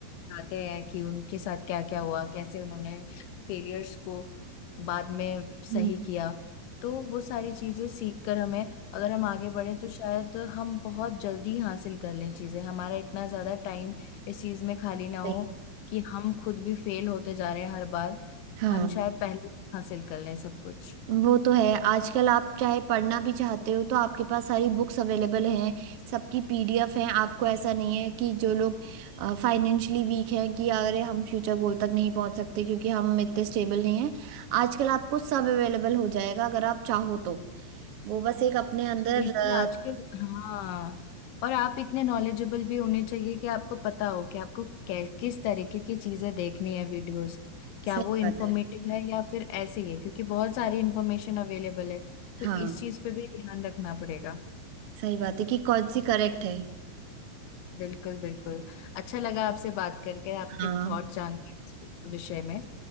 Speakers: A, on the left; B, on the right.
A: बताते हैं कि उनके साथ क्या क्या हुआ कैसे उन्होंने फेलियर्स को बाद में सही
B: हम्म,
A: किया तो वो सारी चीजें सीख कर हमें अगर हम आगे बढ़े तो शायद हम बहुत जल्दी हासिल कर लें चीजें हमारा इतना ज्यादा टाइम इस चीज में खाली ना हो
B: सही।
A: कि हम खुद भी फेल होते जा रहे हैं हर बार
B: हाँ
A: हम शायद पहले ही हासिल कर लें सब कुछ
B: वो तो है आजकल आप चाहे पढ़ना भी चाहते हो तो आपके पास सारी बुक्स अवेलेबल हैं सबकी पीडीएफ हैं आपको ऐसा नहीं है कि जो लोग फाइनेंशियली वीक हैं कि अगर हम फ्यूचर गोल तक नहीं पहुंच सकते क्योंकि हम इतने स्टेबल नहीं हैं आजकल आपको सब अवेलेबल हो जाएगा अगर आप चाहो तो वो बस एक अपने अंदर
A: बिल्कुल
B: अ,
A: आजकल हाँ और आप इतने नॉलेजेबल भी होने चाहिए कि आपको पता हो कि आपको कै, किस तरीके की चीजें देखनी है वीडियोस क्या
B: सही
A: वो इंफॉर्मेटिव
B: बात है
A: है या फिर ऐसे ही है क्योंकि बहुत सारी इंफॉर्मेशन अवेलेबल है तो
B: हाँ
A: इस चीज पे भी ध्यान रखना पड़ेगा
B: सही बात है कि कौन सी करेक्ट है
A: बिल्कुल बिल्कुल अच्छा लगा आपसे बात करके आपके
B: हाँ
A: थॉट जान के इस विषय में